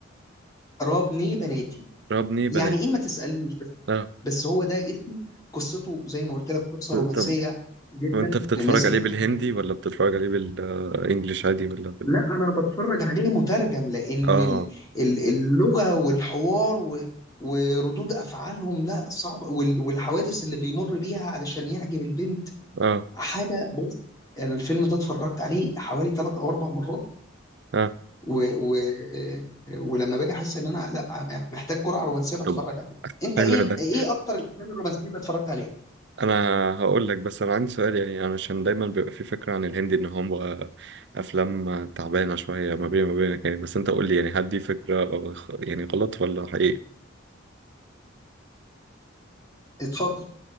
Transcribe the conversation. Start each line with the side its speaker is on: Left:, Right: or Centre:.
Left: رابني بناتي
Right: ربني بنات
Left: يعني ايه ما تسالنيش
Right: اه
Left: بس هو ده اسمه قصته زي ما قلت لك قصه
Right: ط-
Left: رومانسيه
Right: طب
Left: جدا
Right: وانت بتتفرج
Left: للناس اللي
Right: عليه
Left: بتحب
Right: بالهندي
Left: ال-
Right: ولا بتتفرج عليه بالانجلش عادي ولا بال
Left: لا انا بتفرج عليه مترجم لان
Right: اه
Left: ال- ال- اللغه والحوار و- وردود افعالهم لا صعبه وال- والحوادث اللي بيمر بيها علشان يعجب البنت
Right: اه
Left: حاجه بص انا الفيلم ده اتفرجت عليه حوالي ثلاث او اربع مرات
Right: اه
Left: و... و... ولما باجي احس ان انا لا محتاج جرعه رومانسيه بتفرج
Right: طب
Left: عليه انت
Right: حلو
Left: ايه
Right: ده.
Left: ايه اكتر الافلام الرومانسيه اللي اتفرجت عليها
Right: انا هقول لك بس انا عندي سؤال يعني انا عشان دايما بيبقى في فكره عن الهندي ان هو افلام تعبانه شويه ما بين ما بينك يعني بس انت قول لي يعني هل دي فكره غ- يعني غلط ولا حقيقي
Left: اتفضل